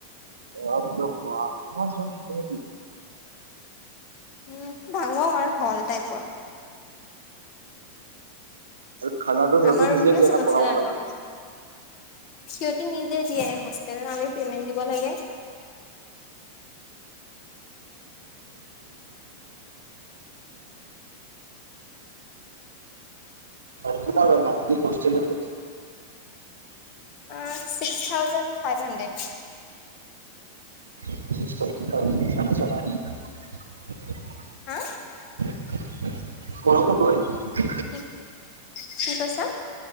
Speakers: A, on the right; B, on the left.
A: বাপৰে বা' ইমান ছোৱালী থাকে নেকি।
B: উম' ডাঙৰ হ'ল টাইপৰ।
A: আৰু খানাটো সিহঁত
B: আমাৰ
A: তি
B: ৰুমটোৱে
A: নিজে দিয়ে
B: চবতছে
A: না বনাব
B: ডাঙৰ
A: লাগে?
B: সিহঁতি নিজে দিয়ে। হোষ্টেলত আমি পেমেন্ট দিব লাগে।
A: কিমান লয় মাল্টি হোষ্টেলত?
B: আঁহ ছিক্স থাউজেণ্ড, ফাইভ হণ্ড্ৰেড।
A: <unintelligible> <unintelligible> <unintelligible>
B: হা আঁ
A: <unintelligible>
B: কি' কি কৈছা?